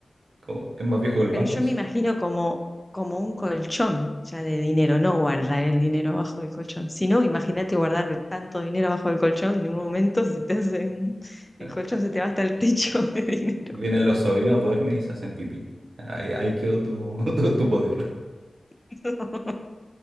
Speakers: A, on the right; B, in the centre.
A: Como, es más viejo que el
B: Pero
A: banco
B: yo
A: eso.
B: me imagino como, como un colchón ya de dinero, no guardar el dinero abajo del colchón. Si no, imagínate guardar tanto dinero abajo del colchón, en un momento se te hace un- el
A: Eh,
B: colchón se te va hasta el techo de dinero.
A: Vienen los sobrinos, duermen y se hacen pipí. Ahí, ahí quedó tu, <laughs> tu poder.
B: <laughs>